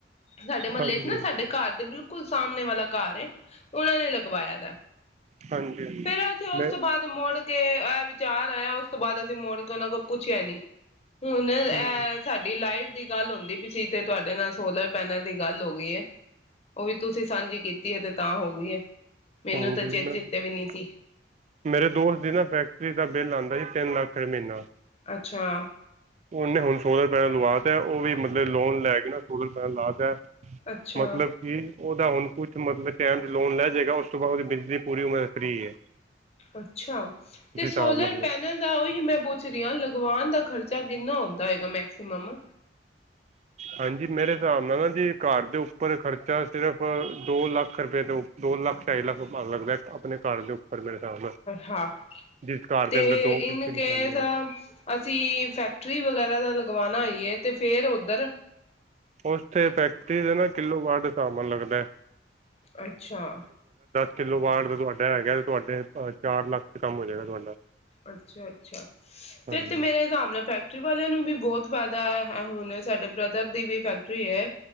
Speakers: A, on the left; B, on the right.
A: ਸਾਡੇ ਮਹੱਲੇ
B: ਹਾਂਜੀ
A: ਚ ਨਾ ਸਾਡੇ ਘਰ ਦੇ ਬਿਲਕੁਲ ਸਾਹਮਣੇ ਵਾਲਾ ਘਰ ਹੈ। ਉਹਨਾਂ ਨੇ ਲਗਵਾਇਆ ਦਾ,
B: ਹਾਂਜੀ ਹਾਂਜੀ
A: ਫੇਰ ਅਸੀਂ ਉਸ
B: ਮੈਂ
A: ਤੋਂ ਬਾਅਦ ਮੁੜ ਕੇ ਐ ਵਿਚਾਰ ਆਇਆ। ਉਸ ਤੋਂ ਬਾਅਦ ਅਸੀਂ ਮੋੜ ਕੇ ਉਹਨਾਂ ਕੋਲ ਪੁੱਛਿਆ ਨੀ। ਹੁਣ ਇਹ
B: ਹਮ,
A: ਸਾਡੀ ਲਾਈਟ ਦੀ ਗੱਲ ਹੁੰਦੀ ਵੀ ਤੇ ਤੁਹਾਡੇ ਨਾਲ ਸੋਲਰ ਪੈਨਲ ਦੀ ਗੱਲ ਹੋ ਗਈ ਹੈ। ਉਹ ਵੀ ਤੁਸੀਂ ਸਾਂਝੀ ਕੀਤੀ ਹੈ ਤੇ ਤਾਂ ਹੋ ਹੁਈ ਹੈ। ਮੈਨੂੰ
B: ਹਾਂਜੀ,
A: ਤਾਂ ਚੇ
B: ਮੈਂ-ਮੇਰੇ
A: ਚੇਤੇ ਵੀ ਨਹੀਂ ਸੀ।
B: ਦੋਸਤ ਦੀ ਨਾ ਫੈਕਟਰੀ ਦਾ ਬਿੱਲ ਆਂਦਾ ਤਿੰਨ ਲੱਖ ਏ ਮਹੀਨਾ।
A: ਅੱਛਾ।
B: ਉਹਨੇ ਹੁਣ ਸੋਲਰ-ਪੈਨਲ ਲਵਾ ਤਾਂ, ਉਹ ਵੀ ਮ ਲੋਨ ਲੈ ਕੇ ਨਾ ਸੋਲਰ- ਪੈਨਲ ਲਾ ਤਾਂ ਏ
A: ਅੱਛਾ,
B: ਮਤਲਬ ਕਿ ਓਹਦਾ ਹੁਣ ਕੁਛ ਮਤਲਬ ਟਾਈਮ ਚ ਲੋਨ ਲੈ ਜਾਏਗਾ, ਉਸ ਤੋਂ ਬਾਅਦ ਓਹਦੀ ਬਿਜਲੀ ਪੂਰੀ ਉਮਰ ਫ੍ਰੀ ਹੈ।
A: ਅੱਛਾ,
B: ਤੁਸੀਂ
A: ਤੇ
B: ਹਿਸਾਬ
A: ਸੋਲਰ
B: ਲਾ ਲਓ
A: ਪੈਨਲ ਦਾ ਓਹੀ ਮੈਂ ਪੁੱਛ ਰੀ ਆਂ ਲਗਵਾਨ ਦਾ ਖਰਚਾ ਖਰਚਾ ਕਿੰਨਾ ਹੋੰਦਾ ਹੋਏਗਾ ਮੈਕਸੀਮਮ।
B: ਹਾਂਜੀ, ਮੇਰੇ ਹਿਸਾਬ ਨਾਲ ਨਾ ਜੀ, ਘਰ ਦੇ ਉੱਪਰ ਖਰਚਾ ਸਿਰਫ਼ ਦੋ ਲੱਖ ਰੁਪਏ ਤੋਂ ਦੋ ਲੱਖ ਢਾਈ ਲੱਖ ਲੱਗਦਾ ਅਪਣੇ ਘਰ ਦੇ ਮੇਰੇ ਹਿਸਾਬ ਨਾਲ
A: ਹਾਂ
B: ਜਿਸ ਘਰ
A: ਤੇ
B: ਦੇ ਅੰਦਰ ਦੋ ਤਿੰਨ
A: ਇਨ ਕੇਸ
B: ਫੈਮਲੀਆਂ ਨੇ
A: ਅਸੀਂ ਫੈਕਟਰੀ ਵਗੈਰਾ ਦਾ ਲਗ ਗਵਾਣਾ ਹੋਈਏ ਤੇ ਫੇਰ ਓਧੱਰ
B: ਓਸਤੇ ਫੈਕਟਰੀ ਤੇ ਨਾ ਕਿੱਲੋਵਾਟ ਹਿਸਾਬ ਨਾਲ ਲੱਗਦਾ ਏ।
A: ਅੱਛਾ।
B: ਕਿਲੋਵਾਟ ਦਾ ਤੁਹਾਡਾ ਹੈਗਾ। ਤੁਹਾਡੇ ਚਾਰ ਲੱਖ ਚ ਕੰਮ ਹੋ ਜਾਏਗਾ ਤੁਹਾਡਾ।
A: ਅੱਛਾ, ਅੱਛਾ ਫਿਰ
B: ਹਾਂਜੀ
A: ਤੇ ਮੇਰੇ ਹਿਸਾਬ ਨਾਲ ਫੈ ਫੈਕਟਰੀ ਵਾਲਿਆਂ ਨੂੰ ਵੀ ਬੋਹਤ ਫਾਇਦਾ ਏ। ਹੁਣ ਏ ਸਾਡੇ ਬ੍ਰਦਰ ਦੀ ਵੀ ਫੈਕਟਰੀ ਏ,